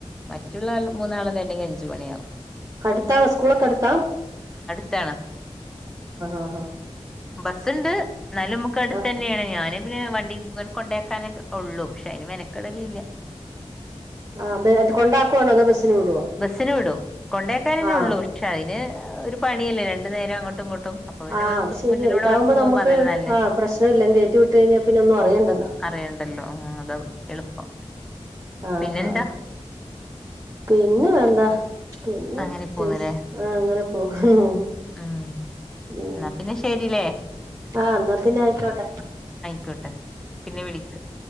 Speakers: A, in the centre; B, on the right.
A: മറ്റുള്ളൾ മൂന്നാളണ്ടെങ്കിൽ അഞ്ചു മണിയാവും
B: അടുത്താ സ്കൂളൊക്കെ അടുത്താം
A: ത്താണ്
B: ആഹ്
A: ബസ്സുണ്ട് ന്നാലും മുക്ക് അടുത്ത്
B: ആ
A: തന്നെയാണ് ഞാനും വണ്ടിനെ കൊണ്ടേക്കാനക്കെ ഉള്ളു പക്ഷെ അയിന് മെനക്കിടലല്ല
B: ആ അത് കൊണ്ടാക്കുവാണോ അതോ ബസ്സിന് വിടുവോ
A: ബസ്സിന് വിടും കൊണ്ടേക്കാനന്നെ
B: ആഹ്
A: ഉള്ളൂ പക്ഷെ അതിന് ഒരു പണിയല്ലേ രണ്ടു നേരം അങ്ങോട്ടും ഇങ്ങോട്ടും അപ്പൊ പിന്നെ
B: ആഹ്
A: ബസ്
B: ശരിയ
A: മുന്നിലൂടെ
B: ഇതാകുമ്പോ
A: ബസ് പോകുമ്പോ
B: നമുക്ക്
A: അതല്ലേ നല്ലേ
B: ആഹ പ്രശ്നം ഇല്ല ക കേറ്റി വിട്ട കഴിഞ്ഞാൽ പിന്നെ ഒന്നും അറിയണ്ടല്ലോ
A: അറിയണ്ടല്ലോ അത എളുപ്പം
B: ആ
A: പിന്നെന്താ
B: ഹാ പിന്നെ എന്താ പിന്നെ
A: അങ്ങനെ
B: പ്രത്യേകിച്ച്
A: പോന്നുല്ലേ
B: ആ അങ്ങനെ പോകുന്നു
A: ഉം
B: ഉ
A: എന്നാ പിന്നെ ശരില്ലേ
B: ആഹ എന്നാ പിന്നെ ആയിക്കോട്ടെ
A: ട്ടെ പിന്നെ വിളക്ക്